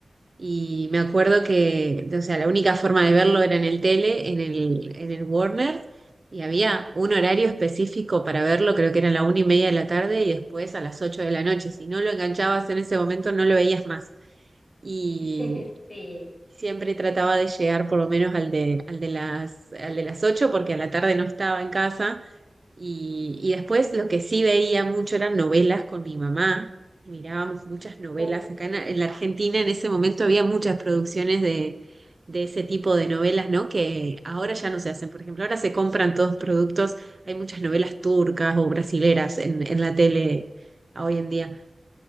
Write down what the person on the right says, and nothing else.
Y me acuerdo que, o sea, la única forma de verlo era en el tele, en el, en el Warner, y había un horario específico para verlo, creo que era la una y media de la tarde y después a las ocho de la noche. Si no lo enganchabas en ese momento, no lo veías más. Y
siempre trataba de llegar por lo menos al de, al de las, al de las ocho, porque a la tarde no estaba en casa y, y después lo que sí veía mucho eran novelas con mi mamá. Mirábamos muchas novelas.
Acá en, en la Argentina en ese momento había muchas producciones de, de ese tipo de novelas, ¿no? Que ahora ya no se hacen. Por ejemplo, ahora se compran todos productos. Hay muchas novelas turcas o brasileras en, en la tele hoy en día.